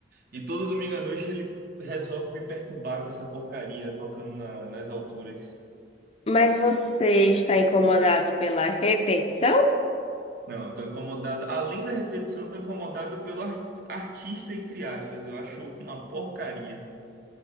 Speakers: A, on the right; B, on the left.
A: e todo domingo à noite ele resolve me perturbar com essa porcaria tocando na- nas alturas.
B: Mas você está incomodado pela repetição?
A: Não, tô incomodado. Além da repetição, tô incomodado pelo ar- artista, entre aspas. Eu acho uma porcaria.